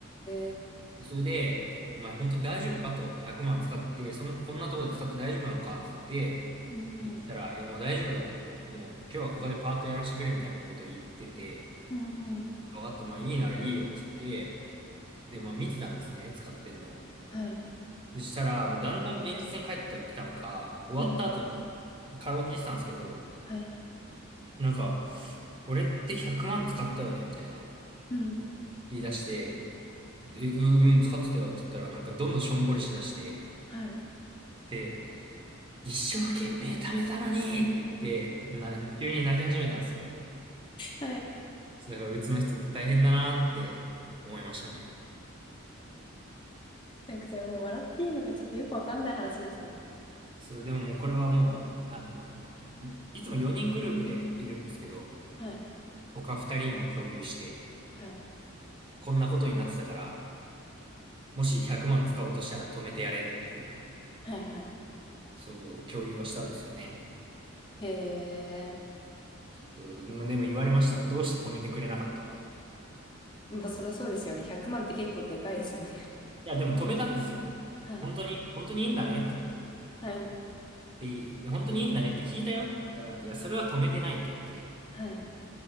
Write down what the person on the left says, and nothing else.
え。
うん、うん、
うん、うん、
はい、
うん、うん、
はい、
うん、
はい、
はい。
なんかそれもう笑っていいのかちょっとよくわかんない話ですね。
はい。
はい。
はい。はい。
へえ。
まあそりゃそうですよね。100万って結構でかいですもんね。
はい。
はい。
はい。